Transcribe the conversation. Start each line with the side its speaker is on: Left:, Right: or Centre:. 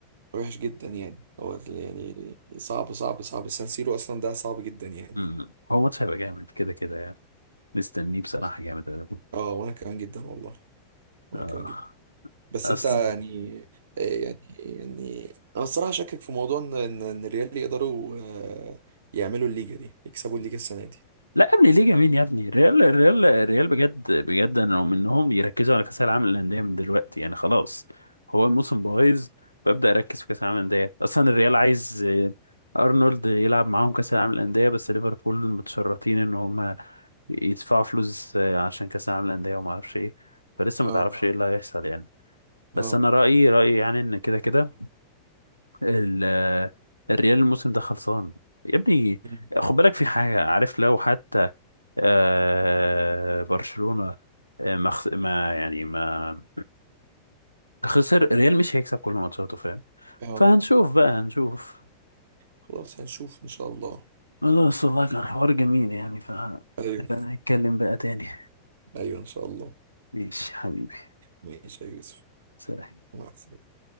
Right: وحش جدا يعني هو ال- يعني صعب صعب صعب سان سيرو اصلا ده صعب جدا يعني
Left: مم. هو ماتش هيبقى جامد كده كده يعني مستنيه بصراحه
Right: بس
Left: جامد أوي.
Right: اه وانا كمان جدا والله وانا
Left: آه.
Right: كمان جدا بس
Left: اصل
Right: انت يعني آه، يعني يعني انا الصراحة شاكك في موضوع ان ان إن الريال يقدروا آه، يعملوا الليجا دي يكسبوا الليجا السنة دي
Left: لا يا ابني ليه جميل يا ابني الريال الريال الريال بجد بجد انا مؤمن انهم يركزوا على كاس العالم للانديه من دلوقتي يعني خلاص هو الموسم بايظ ببدا اركز في كاس العالم للانديه اصلا الريال عايز آه، ارنولد يلعب معاهم كاس العالم للانديه بس ليفربول متشرطين ان هم يدفعوا فلوس آه، عشان كاس العالم للانديه وما اعرفش ايه فلسه
Right: اه
Left: ما تعرفش ايه آه. اللي هيحصل يعني بس
Right: اه
Left: انا رايي رايي يعني ان كده كده ال الريال الموسم ده خلصان يا ابني
Right: مم.
Left: خد بالك في حاجة عارف لو حتى آه برشلونة آه، ما خس- ما يعني ما خسر الريال مش هيكسب كل ماتشاته فاهم
Right: اه
Left: فهنشوف بقى هنشوف
Right: خلاص هنشوف ان شاء الله
Left: خلاص والله كان حوار جميل يعني ف
Right: ايوه
Left: نبقى نتكلم بقى تاني
Right: ايوه ان شاء الله
Left: ماشي حبيبي
Right: ماشي يا يوسف
Left: سلام
Right: مع السلامة